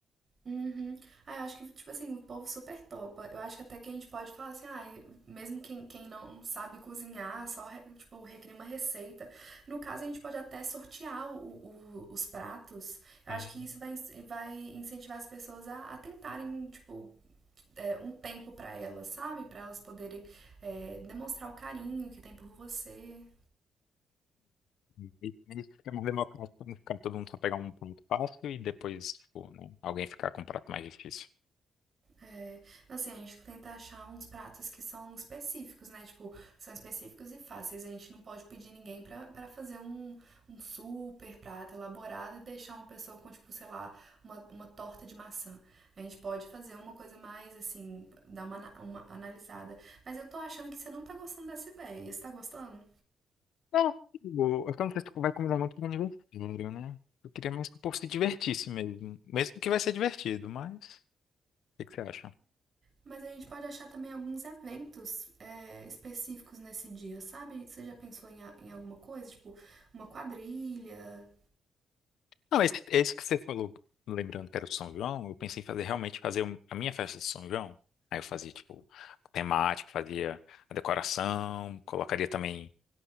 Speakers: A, on the right (about 35°); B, on the left (about 85°).
A: Uhum. Ah, eu acho que, tipo assim, o povo super topa. Eu acho que até que a gente pode falar assim, ah, mesmo quem, quem não sabe cozinhar, só, re- tipo, recria uma receita. No caso, a gente pode até sortear o- o- os pratos. Eu
B: Hum.
A: acho que isso vai, ins- vai incentivar as pessoas a, a tentarem, tipo, é, um tempo para elas, sabe? Para elas poderem é, demonstrar o carinho que tem por você.
B: E e isso fica mais democrático pra não ficar todo mundo só pegar um prato fácil e depois, tipo, né, alguém ficar com um prato mais difícil.
A: É, assim, a gente tenta achar uns pratos que são específicos, né? Tipo, são específicos e fáceis. A gente não pode pedir ninguém para fazer um, um super prato elaborado e deixar uma pessoa com, tipo, sei lá, uma, uma torta de maçã. A gente pode fazer uma coisa mais, assim, dar uma, uma analisada. Mas eu tô achando que você não tá gostando dessa ideia. Você tá gostando?
B: Não, tipo, eu não sei se tu vai combinar muito com aniversário, né? Eu queria mais que o povo se divertisse mesmo. Mesmo que vai ser divertido, mas. O que que você acha?
A: Mas a gente pode achar também alguns eventos é, específicos nesse dia, sabe? Você já pensou em, em alguma coisa, tipo uma quadrilha?
B: Não, esse, esse que você falou, lembrando que era o São João, eu pensei em fazer realmente fazer um- a minha festa de São João. Aí eu fazia, tipo, temático, fazia a decoração, colocaria também.